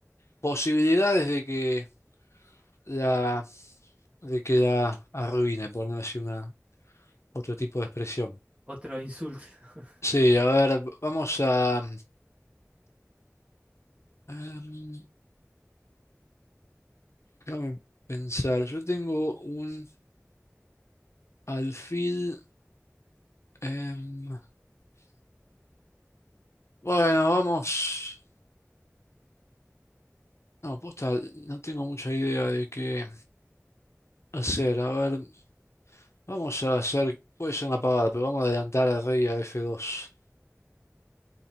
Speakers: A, on the left; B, on the right.
A: posibilidades de que la, de que la arruine, por no decir una, otro tipo de expresión.
B: Otro insulto. <laughs>
A: Sí, a ver, vamos a... Em, déjame pensar, yo tengo un alfil. em, bueno, vamos. No, posta, no tengo mucha idea de qué hacer. A ver, vamos a hacer. Puede ser una pavada, pero vamos a adelantar al rey a F2.